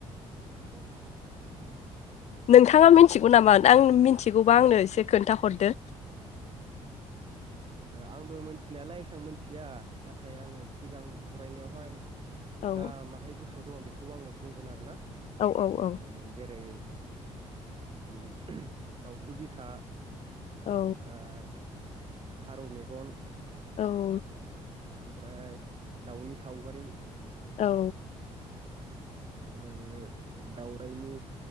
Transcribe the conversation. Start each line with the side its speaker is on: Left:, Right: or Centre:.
Right: औ
Left: नोंथाङा
Right: नंगौ
Left: मिथिगौ नामा? आं मिथिगौबा आंनो एसे खोन्थााहरदो
Right: आंबो मोनथिनायालाय एसां मोनथिया नाथाय आङो सिगां फरायनायावहाय
Left: औ
Right: जा माहाय गोसोआव दङ बेखौ खौ आङो बुंगोन आरो ना
Left: औ औ औ
Right: ओ जेरै उम दावउथु बिखा
Left: औ
Right: ओमफ्राय फारौ मेगन
Left: औ
Right: ओमफ्राय दाउनि सावगारि
Left: औ
Right: ओ दावरायनि